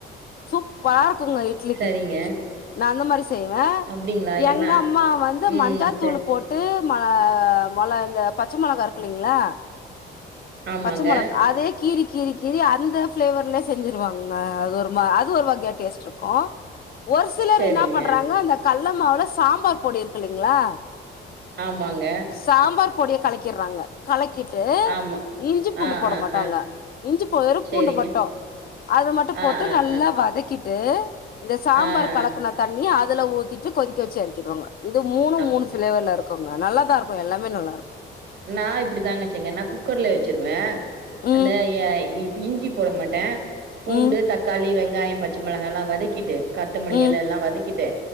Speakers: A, on the left; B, on the right.
A: சூப்பரா இருக்குங்க இட் இட்லிக்கு
B: சரிங்க
A: நா அந்த மாரி செய்வேன்
B: அப்டிங்களா என்ன
A: எங்க அம்மா வந்து
B: ம்
A: மஞ்சாத்தூள்
B: சரி
A: போட்டு மளா மொள இந்த பச்ச மொளகா இருக்குலீங்ளா
B: ஆமாங்க
A: பச்ச மொளக் அதே கீறி கீரி கீறி அந்த ஃபிளேவர்லயே செஞ்சுருவாங்க அது ஒரு மா அது ஒரு வகையா டேஸ்ட் இருக்கும் ஒரு சிலர்
B: சரிங்க
A: என்ன பண்றாங்க அந்த கல்ல மாவுல சாம்பார் பொடி இருக்குல்லீங்ளா
B: ஆமாங்க
A: சாம்பார் பொடிய கலக்கிர்றாங்க கலக்கிட்டு
B: ஆமா
A: இஞ்சி பூண்டு
B: ஆ
A: போட
B: ஆ
A: மாட்டாங்க
B: ஆ
A: இஞ்சி போ வெறு
B: சரிங்க
A: பூண்டு மட்டும் அது மட்டும்
B: ஆ
A: போட்டு
B: ஆ
A: நல்லா
B: ஆ
A: வதக்கிட்டு ட்டு இந்த சாம்பார்
B: ஆ
A: கலக்குன
B: ஆ
A: தண்ணி அதுல ஊத்திட்டு கொதிக்க வச்சு எறக்கிருவங்க இது மூணு
B: அப்
A: மூணு ஃபிளேவர்ல இருக்கும்ங்க நல்லாதா இருக்கும் எல்லாமே நல்லா இரு
B: நா இப்டி தாங்கச் செங்கன் நா குக்கர்லே வச்சிருவேன்
A: ம்
B: அந்த எ இ இஞ்சி போட மாட்டேன் பூண்டு
A: ம்
B: தக்காளி வெங்காயம் பச்ச மிளகா எல்லாம் வதக்கிட்டு கத் கொத்தமல்லி
A: ம்
B: எல எல்லாம் வதக்கிட்டு